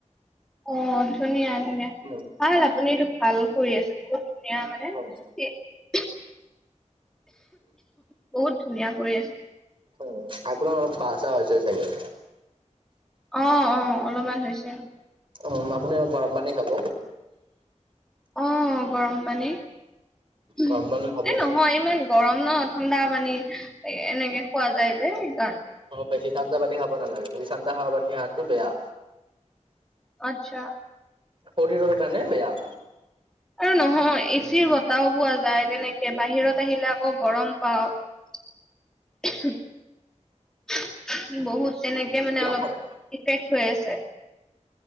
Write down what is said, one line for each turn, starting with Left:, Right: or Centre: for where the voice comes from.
Centre: অ ধুনীয়া ধুনীয়া
Right: উম
Centre: ভাল আপুনিটো এইতো ভাল কৰি আছে বহুত ধুনীয়া মানে
Right: উম,
Centre: কি বহুত ধুনীয়া কই আছে
Right: উম অপোনাৰ অলপ পাচা হৈছে চাগে
Centre: অ অ অলমান হৈছে
Right: উম আপুনি আৰু গৰম পানী খাব
Centre: অ গৰম পানী এই
Right: গৰম পানী খাব।
Centre: নহয় ইমান গৰম ন ঠাণ্ডা পানী এ এনেকে খোৱা যায় যে সেইকাৰণ
Right: অ বেছি ঠান্দা পানী খাব নালাগে বেছি ঠাণ্ডা খাৱা পানী হাতো বেয়া
Centre: আত্ছা
Right: শৰীৰৰ কাৰণে বেয়া
Centre: আৰু নহয় এচিৰ বতাহও পোৱা যায় তেনেকে বাহিৰত আহিলে আকৌ গৰম পাও <unintelligible> বহুত তেনেকে মানে
Right: নাখালে
Centre: অলপ ইফেক্ট হৈ আছে